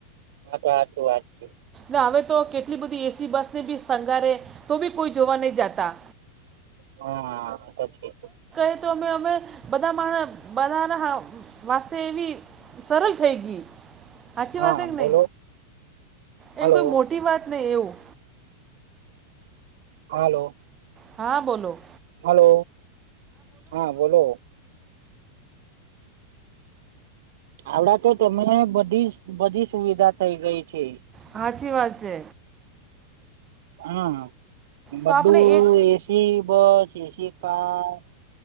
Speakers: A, on the right; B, on the right.
A: હા તો હાચું વાત. છે
B: ને અવે તો કેટલી બધી એસી બસને બી શંગારે તો બી કોઈ જોવા નય જાતા.
A: હા હા આ તો છે.
B: એ તો અમે અમે બધા મા બનાવા ના વાસ્તે એવી સરળ થઈ ગઈ હાચી
A: હા
B: વાત કે
A: બોલો
B: નય. એવી
A: હલો
B: કોઈ મોટી વાત નય એવું.
A: હાલો.
B: હા બોલો.
A: હલો હા બોલો. આવડા તો તમને બધી બધી સુવિધા થઈ ગઈ છે.
B: હાચી વાત છે.
A: હા બધું
B: તો આપણે એક
A: એસી બસ એસી કાર